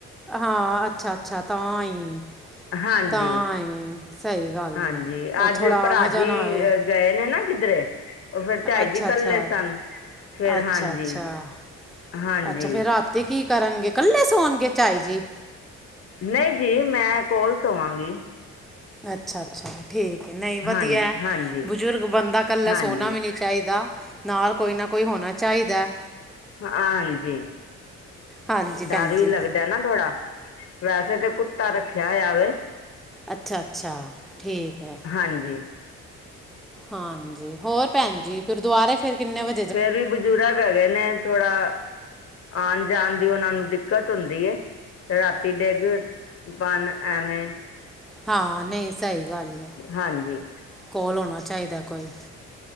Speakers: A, in the centre; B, on the left.
A: ਹਾਂ ਅੱਛਾ -ਅੱਛਾ ਤਾਂ ਈ।
B: ਹਾਂਜੀ,
A: ਤਾਂ ਈ ਸਹੀ ਗੱਲ
B: ਹਾਂਜੀ
A: ਏ ਉਹ
B: ਅੱਜ
A: ਥੋੜ੍ਹਾ
B: ਭਰਾ
A: ਆਣਾ ਜਾਣਾ
B: ਜੀ
A: ਹੋਏ।
B: ਗਏ ਨੇ ਨਾ ਕਿਧਰੇ ਓ ਫੇਰ ਝਾਈ
A: ਅੱਛਾ
B: ਜੀ
A: ਅੱਛਾ
B: ਕੱਲੇ ਸਨ। ਫਿਰ
A: ਅੱਛਾ
B: ਹਾਂਜੀ
A: -ਅੱਛਾ,
B: ਹਾਂਜੀ
A: ਅੱਛਾ ਫਿਰ ਰਾਤੀ ਕੀ ਕਰਨਗੇ ਕੱਲੇ ਸੌਣਗੇ ਝਾਈ ਜੀ?
B: ਨਈ ਜੀ ਮੈਂ ਕੋਲ ਸੋਵਾਂਗੀ।
A: ਅੱਛਾ -ਅੱਛਾ। ਠੀਕ ਐ ਨਈ ਵਧੀਆ
B: ਹਾਂਜੀ ਹਾਂਜੀ
A: ਬਜ਼ੁਰਗ ਬੰਦਾ ਕੱਲਾ
B: ਹਾਂਜੀ
A: ਸੋਣਾ ਵੀ ਨੀ ਚਾਈਦਾ। ਨਾਲ ਕੋਈ ਨਾ ਕੋਈ ਹੋਣਾ ਚਾਈਦਾ।
B: ਆਂਜੀ,
A: ਹਾਂਜੀ
B: ਡਰ
A: ਭੈਣ
B: ਵੀ
A: ਜੀ
B: ਲੱਗਦਾ ਨਾ ਥੋੜਾ। ਵੈਸੇ ਤੇ ਕੁੱਤਾ ਰੱਖਿਆ ਹੋਇਆ ਵੇ।
A: ਅੱਛਾ-ਅੱਛਾ ਠੀਕ ਐ।
B: ਹਾਂਜੀ।
A: ਹਾਂਜੀ ਹੋਰ ਭੈਨ ਜੀ ਗੁਰਦੁਆਰੇ ਫੇਰ ਕਿੰਨੇ ਵ
B: ਫੇਰ ਵੀ ਬਜ਼ੁਰਗ ਹੈ ਗੇ ਨੇ ਥੋੜਾ ਆਣ ਜਾਣ ਦੀ ਓਨਾ ਨੂੰ ਦਿੱਕਤ ਹੁੰਦੀ ਏ। ਰਾਤੀ ਡਿਗ, ਬਨ ਐਂਵੇ
A: ਹਾਂ ਨਈ ਸਈ ਗੱਲ ਐ
B: ਹਾਂਜੀ
A: ਕੋਲ ਹੋਣਾ ਚਾਈਦਾ ਕੋਈ।